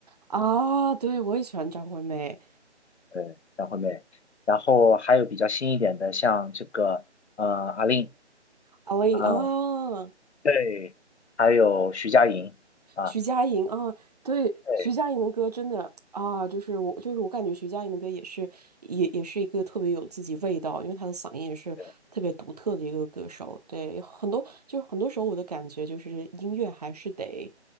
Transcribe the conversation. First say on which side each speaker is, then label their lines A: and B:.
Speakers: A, on the right (about 35°); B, on the left (about 70°).
A: 啊，对，我也喜欢张惠妹，
B: 对，张惠妹，然后还有比较新一点的，像这个，呃，阿令
A: 阿令啊。
B: 啊、对，还有徐佳莹啊，
A: 徐佳莹啊，对，
B: 对
A: 徐佳莹的歌真的啊，就是我，就是我感觉徐佳莹的歌也是，也也是一个特别有自己味道，因为她的嗓音也是特别独特的一个歌手。
B: 对，
A: 对，很多就是很多时候我的感觉就是音乐还是得，